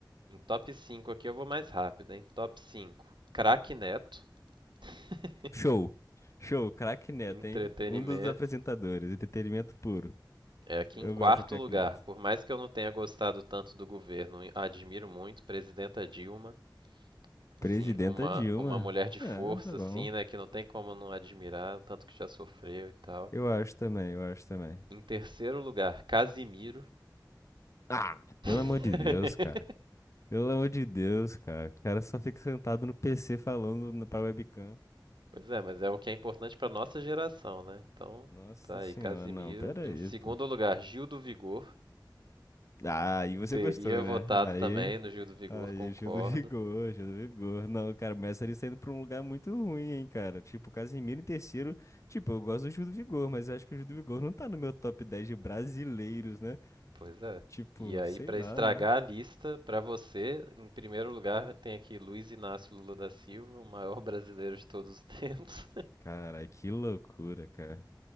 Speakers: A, on the right (about 85°); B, on the left (about 40°).
A: Em top cinco aqui eu vou mais rápido, hein? Top 5. Craque Neto. <laughs>
B: Show. Show, craque Neto,
A: Entretenimento.
B: hein? Um dos apresentadores, entretenimento puro.
A: É aqui
B: Eu
A: em quarto
B: gosto do craque
A: lugar.
B: Neto.
A: Por mais que eu não tenha gostado tanto do governo, admiro muito presidenta Dilma.
B: Presidenta
A: Assim, uma,
B: Dilma.
A: uma mulher de força,
B: É, tá bom.
A: assim, né? Que não tem como não admirar, o tanto que já sofreu e tal.
B: Eu acho também, eu acho também.
A: Em terceiro lugar, Casimiro.
B: Ah,
A: <laughs>
B: Pelo amor de Deus, cara. Pelo amor de Deus, cara. O cara só fica sentado no PC falando na- pra webcam.
A: Pois é, mas é o que é importante para nossa geração, né? Então,
B: Nossa
A: tá aí,
B: senhora,
A: Casimiro.
B: não, pera
A: Em
B: aí,
A: segundo
B: pô.
A: lugar, Gil do Vigor.
B: Ah, aí você
A: Teria
B: gostou, né?
A: votado
B: Aí,
A: também no Gil do Vigor,
B: aí,
A: concordo.
B: Júlio Vigor, Júlio Vigor. Não, cara, mas ele saindo pra um lugar muito ruim, hein, cara. Tipo, Casimiro em terceiro. Tipo, eu gosto do Júlio Vigor, mas eu acho que o Júlio Vigor não tá no meu top 10 de brasileiros, né?
A: Pois é.
B: Tipo,
A: E aí,
B: sei
A: para
B: lá,
A: estragar
B: né?
A: a lista, para você, em primeiro lugar, tem aqui Luiz Inácio Lula da Silva, o maior brasileiro de todos os tempos.
B: Cara, que loucura, cara.